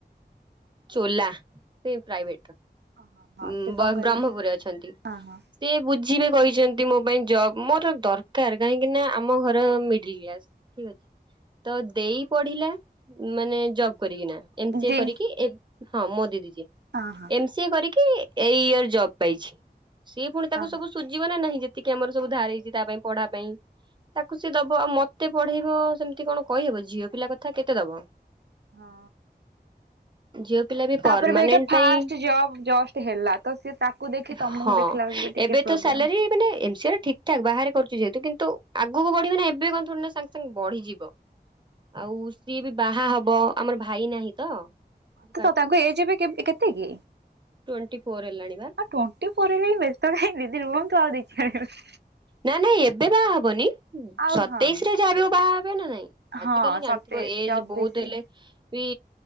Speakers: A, on the right; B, on the right.
A: ଚୋଲା ସେ ପ୍ରାଇଭେଟର
B: ଓହୋ ହଁ ସେ କଣ କହିଲେ
A: ବ୍ରହ୍ମପୁରରେ ଅଛନ୍ତି।
B: ହଁ ହଁ
A: ସେ ବୁଝିବେ କହିଛନ୍ତି ମୋ ପାଇଁ ଜବ ମୋର ଦରକାର କାହିଁକି ନା ଆମ ଘର ମିଡିଲ କ୍ଲାସ। ଠିକ ଅଛି ତ ଦେଇ ପଢିଲା ମାନେ ଜବ କରିକିନା ଏମ ସି
B: ଦି
A: ଏ କରିକି ହଁ ମୋ ଦିଦି ଯିଏ।
B: ହଁ ହଁ।
A: ଏମ୍ ସି ଏ କରିକି ଏଇ ଇୟର ଜବ ପାଇଛି ସିଏ ପୁଣି ତାକୁ
B: ହଁ ହଁ।
A: ସବୁ ସୁଝିବ ନା ନାହିଁ ଯେ ତିକି ଆମର ସବୁ ଧାର ହେଇଛି ତା ପାଇଁ ପଢା ପାଇଁ ତାକୁ ସେ ଦବ ଆଉ ମତେ ପଢେଇବ ସେମିତି କଣ କହିହବ ଝିଅ ପିଲା କଥା କେତେ ଦବ?
B: ହଁ
A: ଝିଅ ପିଲା ପରମାନେଣ୍ଟ
B: ତାପରେ ବି ଏଇଟା ଫାଷ୍ଟ
A: ପାଇଁ
B: ଜବ ଜଷ୍ଟ ହେଲା। ତ ସିଏ ତାକୁ ଦେଖି ତମକୁ
A: ହଁ
B: ଦେଖିଲା ବେଳକୁ ବି ଟିକେ
A: ଏବେ
B: ପ୍ରୋବ୍ଲେମ।
A: ତ ସାଲାରୀ ମାନେ ଏମ ସି ଏର ଠିକ୍ ଠାକ୍ ବାହାରେ କରିଛି ଯେହେତୁ କିନ୍ତୁ ଆଗକୁ ବଢିବ ନା ଏବେ କଣ ସାଙ୍ଗେ ସାଙ୍ଗେ ବଢିଯିବ?
B: ହ
A: ଆଉ ସିଏ ବି ବାହା ହବ ଆମର ଭାଇ ନାହିଁ ତ ବୁଝିପାରୁଛ,
B: ତ ତ ତାଙ୍କୁ ଏଜ ଏବେ କେତେକି?
A: ଟ୍ୱେଣ୍ଟି ଫୋର ହେଲାଣି ବା
B: ଟ୍ୱଣ୍ଟି <unintelligible> ବ୍ୟସ୍ତ କାଇଁ ଦି ଦିନ ରୁହନ୍ତୁ ଆଉ ଦେଇ <unintelligible>
A: ନା ନାଇଁ ଏବେ ବାହାହବନି
B: ଆଉ
A: ସତେଇଶ
B: ହଁ
A: ରେ ଯାବେ ବାହା ହେବେ ନା ନାଇଁ।
B: ହଁ
A: ଆଜି କାଲି ଜାଣିଥିବ
B: ସତେଇଶ
A: ଏଜ
B: ଚବିଶି
A: ବହୁତ ହେଲେ ବି